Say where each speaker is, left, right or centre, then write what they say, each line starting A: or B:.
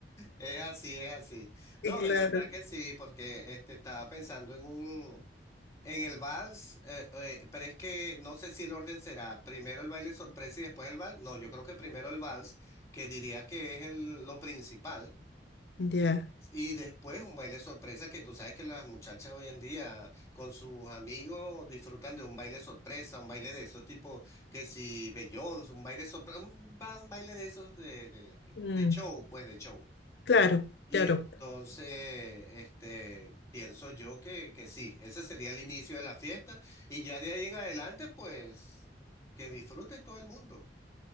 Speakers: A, on the left; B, on the left.
A: Es así, es así. No,
B: Sí, Claro.
A: de verdad que sí, porque este estaba pensando en un en el vals, eh, eh, pero es que no sé si el orden será primero el baile sorpresa y después el vals. No, yo creo que primero el vals, que diría que es el- lo principal,
B: Ya.
A: y después un baile sorpresa que tú sabes que las muchachas hoy en día con sus amigos disfrutan de un baile sorpresa, un baile de esos tipo que si Beyoncé, un baile sorpresa, un, ba- un baile de esos de, de de-
B: Mm,
A: de show, pues de show.
B: claro,
A: Y
B: claro.
A: entonces, este, pienso yo que, que sí, ese sería el inicio de la fiesta y ya de ahí en adelante, pues, que disfruten todo el mundo.